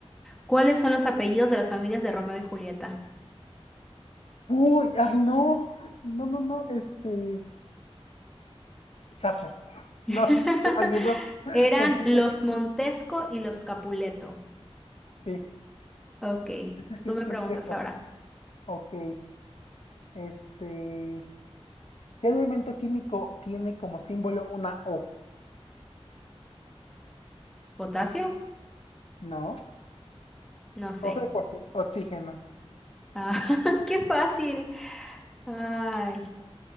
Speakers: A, in the centre; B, on the left.
A: ¿Cuáles son los apellidos de las familias de Romeo y Julieta?
B: Uy, ay, no, no, no, no, este. Safo. <laughs>
A: <laughs>
B: No, no se me olvidó.
A: Eran
B: Completo.
A: los Montesco y los Capuleto.
B: Sí,
A: Ok,
B: sí, sí,
A: tú me
B: sí,
A: preguntas
B: es cierto.
A: ahora.
B: Ok. Este. ¿Qué elemento químico tiene como símbolo una O?
A: ¿Potasio?
B: No.
A: No
B: Otra
A: sé.
B: cuestión. Oxígeno.
A: Ah, <laughs> qué fácil. Ay,